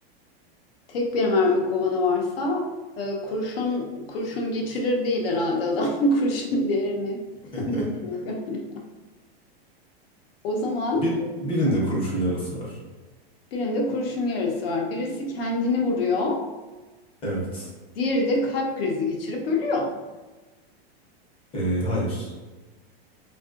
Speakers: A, on the left (about 65°); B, on the left (about 15°).
A: Tek bir mermi kovanı varsa e, kurşun kurşun geçirir değil herhalde adam. <laughs> Kurşun diğerini <laughs>
B: <laughs>
A: vurmuyor galiba. O zaman
B: Bir, birinde kurşun yarası var.
A: birinde kurşun yarası var. Birisi kendini vuruyor.
B: Evet.
A: Diğeri de kalp krizi geçirip ölüyor.
B: Ee, hayır.